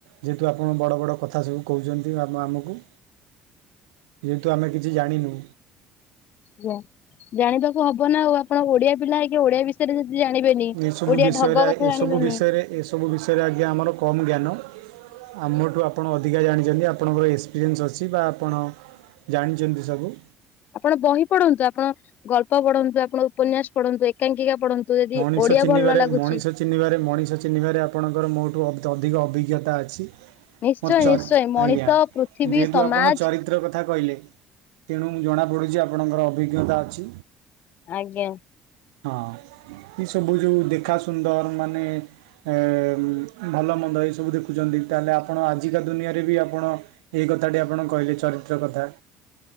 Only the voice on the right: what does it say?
ଯେହେତୁ ଆପଣ ବଡ଼ ବଡ଼ କଥା ସବୁ କହୁଛନ୍ତି ଆ ଆମକୁ। ଯେହେତୁ ଆମେ କିଛି ଜାଣିନୁ।
ଏସବୁ
ବିଷୟରେ
ଏସବୁ
ବିଷୟରେ ଏସବୁ ବିଷୟରେ ଆଜ୍ଞା ଆମର କମ୍ ଜ୍ଞାନ। ଆମଠୁ ଆପଣ ଅଧିକା ଜାଣିଛନ୍ତି ଆପଣଙ୍କର ଏକ୍ସପିରିଏନ୍ସ ଅଛି ବା ଆପଣ ଜାଣିଛନ୍ତି ସବୁ।
ମଣିଷ
ଚିହ୍ନିବାରେ
ମଣିଷ ଚିହ୍ନିବାରେ ମଣିଷ ଚିହ୍ନିବାରେ ଆପଣଙ୍କର ମୋଠୁ ଅ ଅଧିକ ଅଭିଜ୍ଞତା ଅଛି।
ମୋର ଚର୍
ଆଜ୍ଞା
ଯେହେତୁ
ଆପଣ ଚରିତ୍ର କଥା କହିଲେ ତେଣୁ ମୁଁ ଜଣାପଡ଼ୁଛି ଆପଣଙ୍କର ଅଭିଜ୍ଞତା ଅଛି।
ହଁ। ଏ ସବୁ ଯୋଉ ଦେଖା ସୁନ୍ଦର ମାନେ ଏ ଏ ଭଲ ମନ୍ଦ ଏଇ ସବୁ ଦେଖୁ ଦେଖୁଛନ୍ତି ତାହେଲେ ଆପଣ ଆଜିକା ଦୁନିଆରେ ବି ଆପଣ ଏଇ କଥାଟି ଆପଣ କହିଲେ ଚରିତ୍ର କଥା